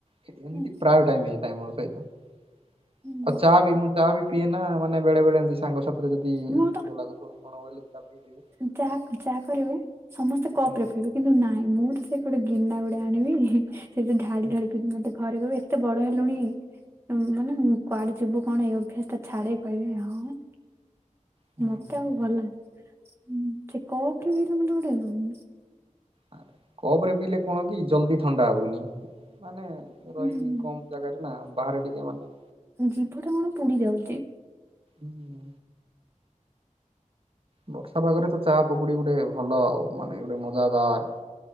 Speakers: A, on the right; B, on the right.
A: ହେ ଏମତି
B: ହୁଁ
A: ପ୍ରାୟ ଟାଇମ୍ ହେଇଥାଏ ମୋ ସହିତ ଆଉ
B: ହୁଁ
A: ଚା ବି ମୁଁ ଚା ବି ପିଏନା ମାନେ ବେଳେ ବେଳେ ଏନ୍ତି ସାଙ୍ଗ ସାଥିରେ ଯଦି ନିଦ
B: ମୁଁ
A: ଲାଗୁଥବ କଣ ବୋଲି ଚା ପିଇଦେବି।
B: ଚାହା କ୍ ଚାହା କରିବେ ସମସ୍ତେ କପରେ
A: ହୁଁ
B: ପିଇବେ କିନ୍ତୁ ନାଇଁ ମୁଁ ତ ସେ ଗୋଟେ ଗିନା ଗୋଟେ ଆଣିବି ହି ସେଇଥେରେ ଢାଳି
A: ହୁଁ
B: ଢାଳି ପିଉଥିବି ମତେ ଘରେ କହିବେ ଏତେ ବଡ ହେଲୁଣି ଉଁ ମାନେ ଉଁ କୁଆଡେ ଯିବୁ କଣ ଏଇ ଅଭ୍ୟାସଟା ଛାଡେ କହିବେ ଆଉ।
A: ହୁଁ
B: ମତେ
A: ହୁଁ।
B: ଆଉ ଭଲା ଉଁ ସେ କପରେ ପିଇଲେ ମତେ ଗୋଟେ ଉଁ
A: ଆରେ କପରେ ପିଇଲେ କଣ କି ଜଲଦି ଥଣ୍ଡା ହବନି ମାନେ
B: ହୁଁ
A: ରହିକି କମ୍ ଜାଗାରେ ନା ବାହାରେ ଟିକେ ମାନେ
B: ଜିଭଟା କଣ ପୁଡି ଯାଉଚି।
A: ଉଁ। ବର୍ଷା ପାଗରେ ତ ଚା ପକୁଡି ଗୋଟେ ଭଲ ଆଉ ମାନେ ଗୋଟେ ମଜାଦାର